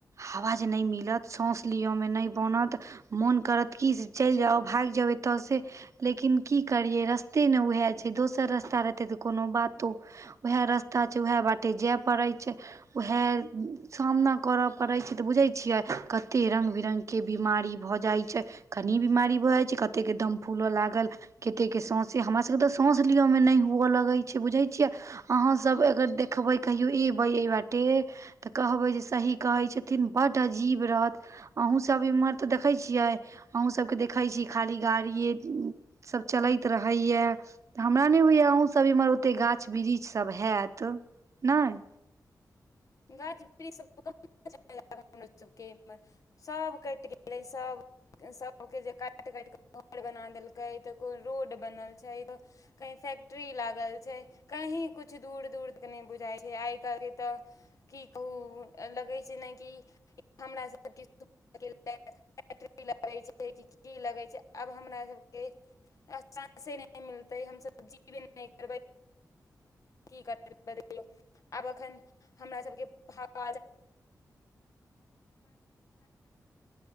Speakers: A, on the right; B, on the left.
A: हवा जे नै मिलत, सांस लिअमे नै बनत। मोन करत कि से चलि जाउ, भागि जाउ एत से। लेकिन की करियै रस्ते ने उहे छै, दोसर रस्ता रहितै त कोनो बातो। उहे रस्ता छै उहे बाटे जाए परै छै उएह सामना करऽ परै छै त बुझै छियै कते रङ्ग बिरङ्गके बिमारी भ जाइ छै। कनी बिमारी भ जाइ छै, कतेके दम फूल लागल केतेके साँसे, हमरा सभके त साँस लिअमे नै हुअ लगै छै बुझै छियै। अहाँ सब अगर देखबै कहियो एबै ऐ बाटे त कहबै जे सही कहै छथिन, बड अजीब रहत। अहूँ सब इम्हर त देखै छियै, अहूँ सबके देखै छी खाली गाड़िये सब चलैत रहैए। हमरा नै होइए, अहूँ सब इम्हर ओतेक गाछ बिरीछ सब हैत। नैऽ।
B: गाछ बिरीछ सब <unintelligible> सब कटि गेलै सब सबके जे काटि -काटि कऽ घर बना देलकै, रोड बनल छै। कहीं फैक्ट्री लागल छै। कहीँ कुछ दूर- दूर तक नै बुझाइ छै, आइ काल्हिके तऽ। की कहू लगै छै ने कि, हमरा सभके किछ फैक्टरी लगै छै, कि की लगै छै, आब हमरा सभके आ साँसे नै मिलतै, हम सब जीबे नै करबै की कर आब एखन <unintelligible> हमरा सबके ह <unintelligible>